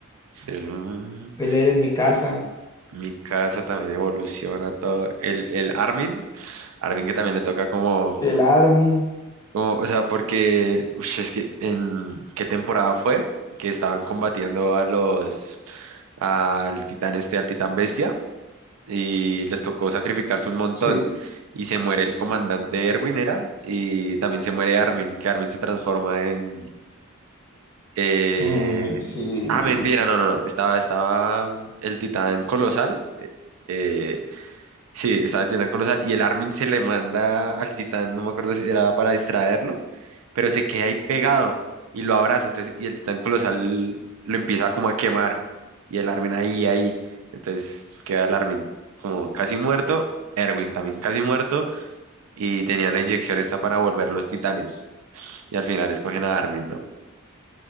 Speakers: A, on the right; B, on the left.
A: se vuelve un-
B: El Eren en mi casa,
A: Mi casa también evoluciona todo. El, el Armin, Armin que también le toca como
B: el Armin,
A: Como, o sea, porque ush, es que en qué temporada fue que estaban combatiendo a los al titán este, al titán bestia, y les tocó sacrificarse un montón.
B: sí.
A: Y se muere el comandante Erwin, era, y también se muere Armin, que Armin se transforma en eh,
B: Mm, sí.
A: Ah, mentira, no, no, no. Estaba, estaba el titán colosal. eh, Sí, estaba el titán colosal y el Armin se le manda al titán, no me acuerdo si era para distraerlo, pero se queda ahí pegado y lo abraza, entonces, y el titán colosal lo empieza como a quemar y el Armin ahí, ahí, entonces queda el Armin como casi muerto, Erwin también casi muerto y tenía la inyección esta para volver los titanes y al final escogen a Armin, ¿no?